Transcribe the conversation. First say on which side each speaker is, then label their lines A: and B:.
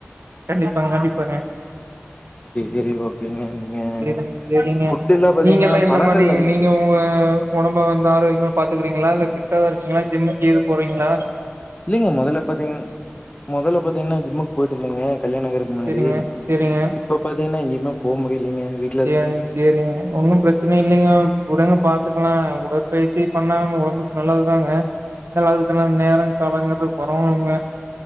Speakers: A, on the right (about 75°); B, on the left (about 30°).
A: கண்டிப்பாங்க கண்டிப்பாங்க
B: சரி ஓகேங்க நீங்க
A: சேரி சேரிங்க
B: ஃபுட் எல்லாம் பாத்தீங்கன்னா
A: நீங்க எல்லா எந்த
B: பழங்கள்
A: மாரி
B: அதிகம்
A: நீ ங்க உங்க ஒடம்ப வந்து ஆரோக்கியமா பாத்துக்கறீங்ளா இல்ல ஃபிட்டாாதா இருக்கீங்ளா ஜிம்க்கு கீது போறீங்ளா
B: இல்லைங்க மொதல்ல பாத்தீங்னா மொதல்ல பாத்தீங்னா ஜிம்முக்கு போயிட்டு இருந்தங்க கல்யாணோ ஆகறக்கு முன்னாடி
A: சரிங்க, சரிங்க.
B: இப்ப பாத்தீங்னா எஙியுமே போ முடிலீங்க வீ
A: சேரிங்க சேரிங்க ஒன்னு பிர ச்சன இல்லைங்க விடுங்க பாத்துக்லா உடற்பயிற்சி பண்ணா நம்ம ஒடம்புக்கு நல்லதுதாங்க ந வாழ்க்கனா நேரோ காலோங்றது பொருந்தணூங்க